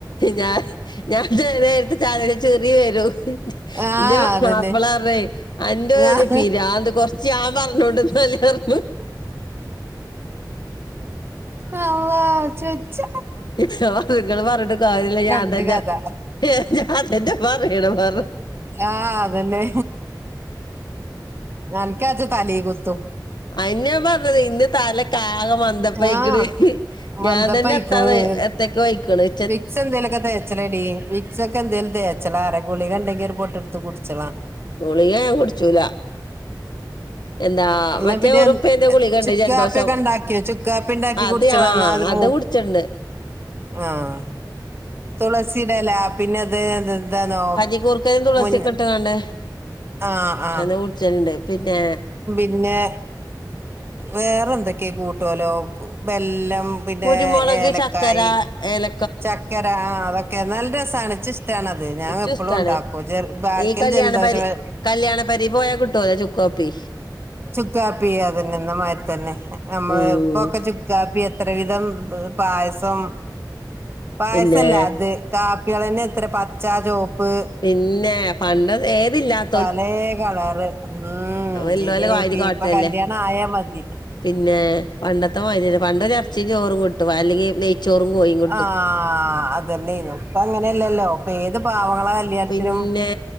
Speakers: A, on the left (about 70°); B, on the right (about 30°).
A: ഞാന് ഞാന് ചെല നേരത്തെ ചായ ചിറി വരും
B: ആഹ്
A: ഇന്റെ മക്കളെ
B: അതന്നെ
A: മാപ്പിള പറയും അന്റെ
B: ആഹ്
A: ഒരു പിരാന്ത് കൊറച്ച് ഞൻ പറഞ്ഞോണ്ട് ഇന്നാല് പറഞ്ഞു
B: അല്ലാഹ് ഇച്ച് വെച്ച
A: <unintelligible> ഇങ്ങള് പറഞ്ഞിട്ട് കാരില്ല ഞാൻ
B: ഇണ്ട്
A: തതെ
B: കഥ
A: ഞാൻ തന്നെ പറയണം പറഞ്ഞു
B: ആഹ് അതെന്നെ അൻക്കാച്ചാ തലികുത്തും
A: അയിന്നെ ഞാൻ പറഞ്ഞത് ഇന്ന് തല ഇൻക്ക് ആകെ മന്തപ്പയിക്ക്ണ്
B: ആഹ് മന്തപ്പയിക്ക്ണു
A: ഞാൻ തന്നെ എത്താത എത്തക്കെ ആയിക്ക്ണ്
B: വിക്സ് എന്തെലൊക്കെ തേച്ചളെടി ച്ചൊക്ക എന്തോലും തേച്ചളാ പറ ഗുളികണ്ടെങ്കില് ഒര് പോട്ടെടുത്ത് കുടിച്ചളാ
A: ഗുളികാ ഞാൻ കുടിച്ചൂല എന്താ
B: എന്നാ
A: മറ്റേ
B: പിന്നെ
A: ഒറുപ്പേന്റെ ഗുളികണ്ട്
B: ചുക്കാപ്പിയൊക്കെ
A: ജലദോഷം
B: ഇണ്ടാക്കിയോ ചുക്കാപ്പി ഇണ്ടാക്കി
A: അത്
B: കുടിച്ചളാ
A: ആഹ്
B: എന്നാ
A: അത്
B: മൂ
A: കു ച്ചുണ്ട്
B: ആഹ് തുളസിടെ ഇല പിന്നെ ഇത് എന്താന്നോ
A: കഞ്ഞിക്കൂർക്കലും തുളസി
B: മുൻ
A: ഒക്കെ ഇട്ടക്കാണ്ട്
B: ആഹ് ആഹ്
A: അങ്ങനെ കുടിച്ചലുണ്ട് പിന്നെ
B: പിന്നെ വേറെ എന്തൊക്കെയ കൂട്ടേലോ ബെല്ലം പിന്നെ
A: കുരുമുളക്
B: ഏലക്കായി
A: ചക്കര ഏല
B: ചക്കര ആഹ് അതൊക്കെ നല്ല രസണ് ഇച്ച് ഇഷ്ടണത് ഞാൻ
A: ഇച്ചും
B: എപ്പഴും
A: ഇഷ്ടാണ്
B: ഇണ്ടാക്കും ചെർ ഭർക്കിൽ
A: ഈ കല്യാണ
B: ജലദോഷം
A: പരി
B: വെ
A: കല്യാണ പെരീൽ പോയാ കിട്ടുലെ ചുക്ക് കാപ്പി.
B: ചുക്കാപ്പി, അതിന്നെ ന്നെമാരി തന്നെ നമ്മള്
A: ഉം
B: ഇപ്പൊക്കെ ചുക്ക് കാപ്പി എത്ര വിധം പായസം. പായസല്ല
A: പിന്നെ
B: അത് കാപ്പിളന്നെ എത്ര പച്ചാ, ചോപ്പ്
A: പിന്നെ പണ്ട് ഏതില്ലാത്ത
B: പലേ കളറ്. ഉം.
A: ഇല്ലോലെ
B: ജിലേബി,
A: വാരി കാട്ടല്ലേ
B: ഇപ്പൊ കല്യാണം ആയാമതി.
A: പിന്നെ പണ്ടത്തെ മാതിരി അല്ല. പണ്ട് ഒരു എറച്ചിം, ചോറും കിട്ടും. അല്ലെങ്കിൽ നെയ് ചൊറും കോയിം കി
B: ആഹ്. അതന്നെയേനു ഇപ്പം അങ്ങനെയല്ലല്ലോ. ഇപ്പൊ ഏത് പാവങ്ങളെ കല്യാണത്തിനും
A: പിന്നെ